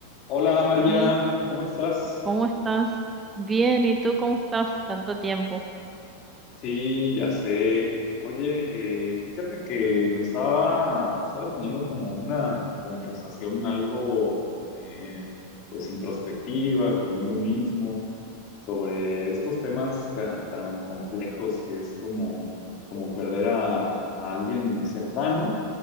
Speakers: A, on the left; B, on the right.
A: Hola María,
B: Hey,
A: ¿cómo estás?
B: ¿cómo estás? Bien, ¿y tú cómo estás? Tanto tiempo.
A: Sí, ya sé. Oye, eh, fíjate que me estaba, estaba teniendo como una conversación algo, eh, pues introspectiva conmigo mismo sobre estos temas ca- tan, complejos que es como, como perder a, a alguien cercano